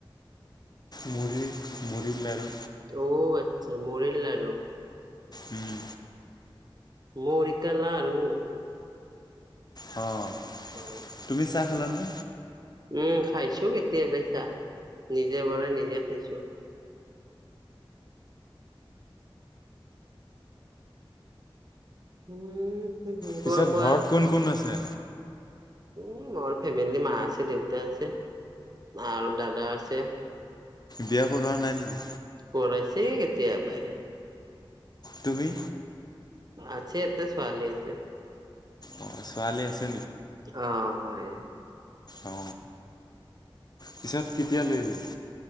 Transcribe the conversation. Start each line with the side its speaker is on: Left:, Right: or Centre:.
Left: মুড়ি মুড়ি লাড়ু।
Right: অঁ আচ্ছা মুড়ী লাড়ু।
Left: উম।
Right: মুড়ি কা লাৰু।
Left: অঁ।
Right: অঁ।
Left: তুমি চাহ খালানে?
Right: উম খাইছো কেতিয়াবাই চাহ নিজে বনাই নিজে খাইছো। উম। হম হম
Left: পিছত
Right: কোৱা কোৱা
Left: ঘৰত কোন কোন আছে?
Right: উম মোৰ ফেমিলি মা আছে দেউতা আছে আৰু দাদা আছে।
Left: বিয়া কৰোৱা নাই নেকি?
Right: কৰাইছে কেতিয়াবাই।
Left: তুমি?
Right: আছে এটা ছোৱালী আছে।
Left: অঁ ছোৱালী আছে
Right: অ হয়।
Left: অ পিছত কেতিয়া লৈ আহিবা?